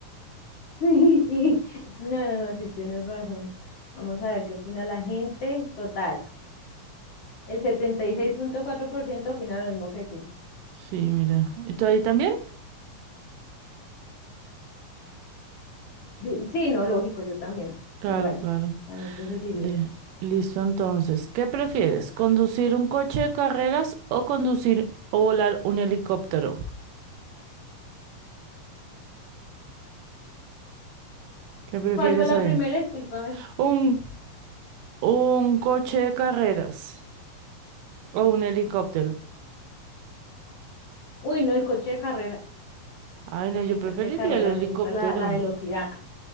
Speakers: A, on the left; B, on the right.
A: <laughs> y- no, no, no, sí, tienes razón. Vamos a ver qué opina la gente. Total, el setenta y seis punto cuatro por ciento opina lo mismo que tú.
B: Sí, mira. ¿Y tú ahí también?
A: Di- Sí, no, lógico, yo también,
B: Claro,
A: igual,
B: claro.
A: también preferiría.
B: Le- Listo, entonces. ¿Qué prefieres? ¿Conducir un coche de carreras o conducir o volar un helicóptero? ¿Qué prefieres
A: ¿Cuál fue la
B: ahí?
A: primera? Discúlpame.
B: Un, un coche de carreras o un helicóptero.
A: Uy, no, el coche de carreras.
B: Ay, no, yo
A: El coche
B: preferiría
A: de carreras,
B: el helicóptero.
A: me gusta la, la velocidad.